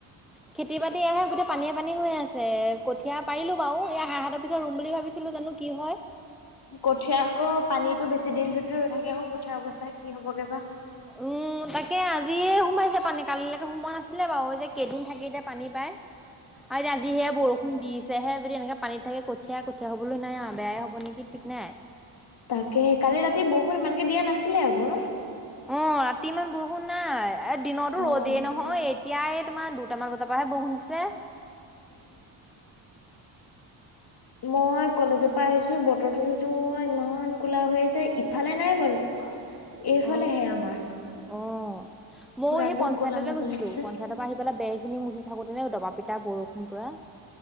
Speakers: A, in the centre; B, on the left.
A: খেতি-বাতি এয়াহে গোটেই পানীয়ে পানী হৈ আছে। কঠীয়া পাৰিলো বাৰু, এয়া হাঁহহাতৰ পিছত ৰুম বুলি ভাবিছিলো জানো কি হয়।
B: কঠীয়া আকৌ পানীতো বেছি দিন যদি ৰৈ থাকে আকৌ কঠীয়া অৱস্থা কি হ'বগে বা?
A: উম, তাকে আজিয়ে সোমাইছে পানী, কালিলৈকে সোমোৱা নাছিলে বাৰু। এতিয়া কেইদিন থাকে এতিয়া পানী পাই। আজিহে বৰষুণ দিছেহে। যদি এনেকে পানীত থাকে কঠীয়া কঠীয়া হ'বলৈ নাই আৰু বেয়াই হ'ব নেকি ঠিক নাই।
B: তাকে কালি ৰাতি বৰষুণ ইমানকে দিয়া নাছিলে আকৌ।
A: অ', ৰাতি ইমান বৰষুণ নাই, এ দিনতো
B: উম।
A: ৰ'দেই নহয়। এতিয়া এ তোমাৰ দুটামান বজাৰ পৰাহে বৰুষুন দিছে।
B: মই কলেজৰ পৰা আহিছো বতৰটো চাইছো ইমান কোলা হৈ আহিছে ইফালে নাই অকণ। এইফালেহে
A: অ।
B: আমাৰ।
A: অ'। মই
B: পুৰা
A: সেই
B: একদম
A: পঞ্চায়ততে
B: ক'লা
A: গৈছিলো
B: পেলাইছে।
A: পঞ্চায়তৰ পৰা আহি পেলাই বেৰ খিনি মুচিথাকোতে নে দবা পিটা বৰষুণ পোৰা।